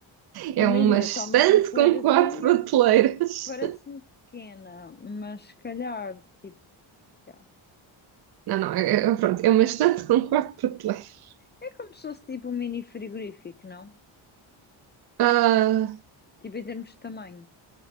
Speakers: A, on the left (about 25°); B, on the right (about 50°).
A: Porque
B: É
A: imagina,
B: uma estante
A: só uma prateleirazinha
B: com quatro prateleiras.
A: parece-me pequena, mas se calhar, tipo, é
B: Não, não, é, é- pronto, é uma estante com quatro prateleiras.
A: É como se fosse tipo um mini frigorífico, não?
B: Ah,
A: Tipo em termos de tamanho,